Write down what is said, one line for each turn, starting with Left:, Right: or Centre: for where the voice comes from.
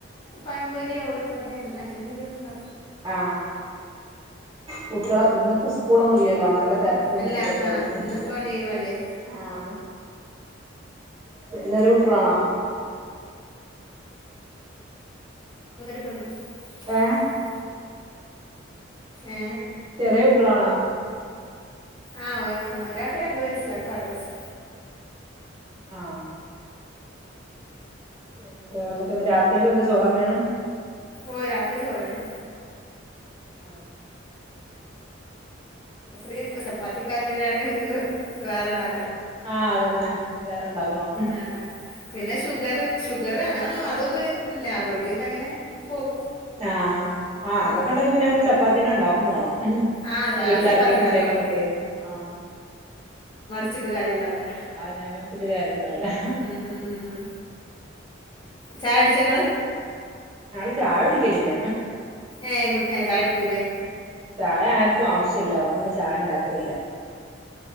Left: പഴമ്പൊരിയൊ ഉള്ളിവടെ അങ്ങനെ എന്തങ്കി ഒക്കെ ഉണ്ടാ
Right: ആ കുട്ട്യള ഇന്ന് ഇപ്പ സ് കൂളൊന്നും ഇല്ലല്ലോ നല്ല തിരക്കും
Left: അല്ല
Right: ഇതൊക്കെ
Left: ആ ഇന്നിപ്പോൾ ലീവല്ലേ
Right: ആ <unintelligible> ചെറിയ കുട്ടിള്ളാണോ
Left: ഒരു പെണ്ണും
Right: ഏഹ്
Left: ഉം ഏ
Right: ചെറിയ കുട്ടിളാണോ
Left: ആ ഒ ഒരാൾക്ക് രണ്ടു വയസ്സിലക്കെ ആറു വയസ്സ്
Right: ആ പിന്നെ വേറെ എന്തക്കെ ഇന്ന് രാത്രിയേക്കന്ത ചോറന്നാണ്
Left: ഓ രാത്രി ചോറന്നാണ്
Right: ആ
Left: രാത്രി ചപ്പാത്തിക്കായ് പിന്നെ <unintelligible> വേറെണ്ടാ
Right: ആഹ് അതന്നെ വേറെണ്ടാക്കണം
Left: ആ ആ പിന്നെ ഷുഗറ് ഷുഗറ്
Right: ഉം
Left: അങ്ങനൊന്നും അതൊന്നും ഇല്ല അതോണ്ട് പിന്ന അങ്ങനെ പോകും
Right: ആഹ് ആഹ്
Left: ഉം.
Right: അതൊക്ക. ഉണ്ടെങ്കി പിന്നെ നമ്മള് ചപ്പാത്തിന്നെ ഇണ്ടാക്കും വേണം
Left: ആഹ് ച
Right: വീട്ടിലാർക്കെലും
Left: അത് ചപ്പാത്തി ഉണ്ടാക്കണം
Right: ഇണ്ടെങ്കിലൊക്കെ ആഹ്
Left: <unintelligible> കാര്യ ഇണ്ടാവില്ല
Right: അവനെ <unintelligible> ഒരു കാര്യംണ്ടാവൂലാ
Left: ഉം ഉം ഉം ഉം ചായ കുടിച്ച ങ്ങള്
Right: ഞങ്ങള് ചായ കുടിക്കലില്ല
Left: ഏഹ് ഏഹ് ചായ കുടിക്കൂലേ
Right: ഉം ചായ ആർക്കും ആവശ്യം ഇല്ല അതുകൊണ്ട് പിന്നെ ചായ ഉണ്ടാക്കലില്ല